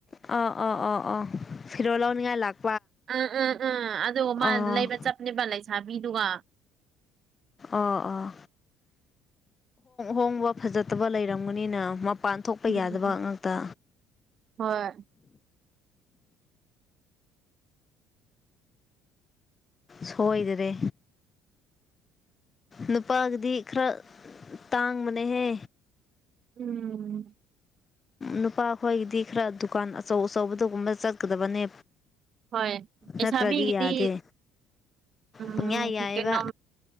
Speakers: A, on the left; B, on the right.
A: ꯑ ꯑꯣ ꯑꯣ ꯑꯣ ꯐꯗꯔ ꯂꯅꯉꯥꯏ ꯂꯥꯛ
B: ꯑꯥ ꯑꯥ ꯑꯥ ꯑꯗꯨ
A: ꯑꯣ
B: ꯃꯥ ꯂꯩꯕ ꯆꯞꯅꯦꯕ ꯂꯩꯁꯥꯕꯤꯗꯨꯒ
A: ꯑ ꯑꯥ ꯍꯣꯡꯕ ꯐꯖꯠꯇꯕ ꯂꯩꯔꯝꯒꯅꯤꯅ ꯄꯥꯟ ꯊꯣꯛꯣꯛꯄ
B: ꯎꯝ
A: ꯌꯥꯗꯕ ꯉꯥꯛꯇ
B: ꯍꯣꯏ
A: ꯁꯣꯏꯗ꯭ꯔꯦ ꯅꯨꯄꯥꯒꯤꯗꯤ ꯈꯔ ꯇꯥꯡꯕꯅꯦꯍꯦ
B: ꯎꯝ
A: ꯅꯨꯄꯥꯈꯣꯏꯒꯤꯗꯤ ꯈꯔ ꯗꯨꯀꯥꯟ ꯑꯆꯧ ꯑꯆꯧꯕꯗꯨꯒꯨꯝꯕ ꯆꯠꯀꯗꯕꯅꯦ
B: ꯍꯣꯏ ꯑꯩ
A: ꯅꯠꯇ꯭ꯔꯗꯤ
B: ꯆꯥꯕꯤꯒꯤꯗꯤ
A: ꯌꯥꯗꯦ
B: ꯎꯝꯩꯅꯣ
A: ꯄꯪꯌꯥ ꯌꯥꯏꯌꯦꯕ